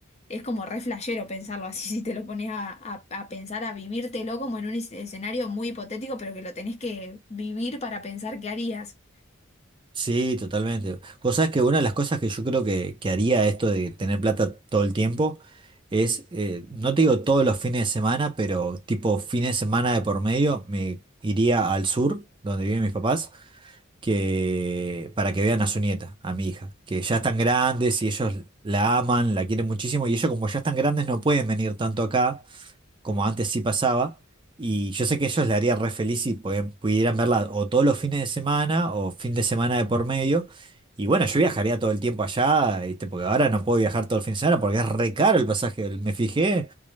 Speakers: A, on the left (about 30°); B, on the right (about 25°).
A: es como re flashero pensarlo así, <laughs> si te lo pones a, a- a pensar, a vivírtelo como en un es- escenario muy hipotético, pero que lo tenés que vivir para pensar qué harías.
B: Sí, totalmente. Vos sabés que una de las cosas que yo creo que, que haría esto de tener plata todo el tiempo es, eh, no te digo todos los fines de semana, pero tipo fines de semana de por medio, me iría al sur, donde viven mis papás que para que vean a su nieta, a mi hija, que ya están grandes y ellos la aman, la quieren muchísimo y ellos como ya están grandes no pueden venir tanto acá como antes sí pasaba y yo sé que ellos le haría re feliz si pueden- pudieran verla o todos los fines de semana o fin de semana de por medio y bueno, yo viajaría todo el tiempo allá, ¿viste? Porque ahora no puedo viajar todo el fin de semana porque es re caro el pasaje, me fijé